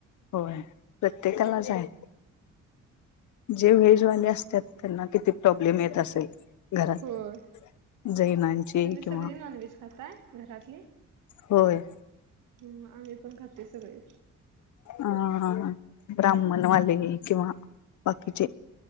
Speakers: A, on the left (about 75°); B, on the right (about 85°).
A: होय प्रत्येकालाच आहे. जे व्हेजवाले असतात त्यांना किती प्रॉब्लेम येत असेल? घरात
B: होय,
A: जैनांचे
B: तुम्ही
A: किंवा
B: सगळी नॉन व्हेज खाताय घरातली?
A: होय
B: हम्म, आम्ही पण खातोय सगळे.
A: अ ब्राह्मणवाले किंवा बाकीचे